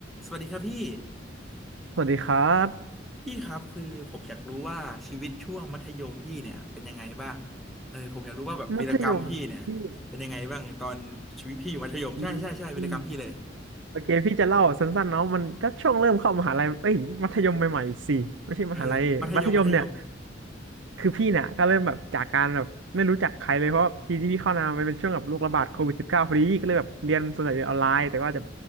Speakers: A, in the centre; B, on the right.
A: สวัสดีครับพี่
B: สวัสดีครับ
A: พี่ครับคือผมอยากรู้ว่าชีวิตช่วงมัธยมพี่เนี่ยเป็นยังไงบ้าง เออผมอยากรู้ว่าแบบวีรกรรมพี่เนี่ยเป็นยังไงบ้างตอนชีวิตพี่อยู่มัธยมใช่ใช่ใช่วีรกรรมพี่เลย
B: มัธยมพี่อืมอืมโอเคพี่จะเล่าสั้นๆเนาะมันก็ช่วงเริ่มเข้ามหาลัยเอ้ยมัธยมใหม่ๆสิไม่ใช่มหาลัยมัธยมเนี่ย
A: เออมัธยมมัธยม
B: คือพี่เนี่ยก็เริ่มแบบจากการแบบไม่รู้จักใครเลยเพราะว่าปีที่พี่เข้ามามันเป็นช่วงแบบโรคระบาดโควิดสิบเก้าพอดีก็เลยแบบเรียนส่วนใหญ่เรียนออนไลน์แต่ว่าจะ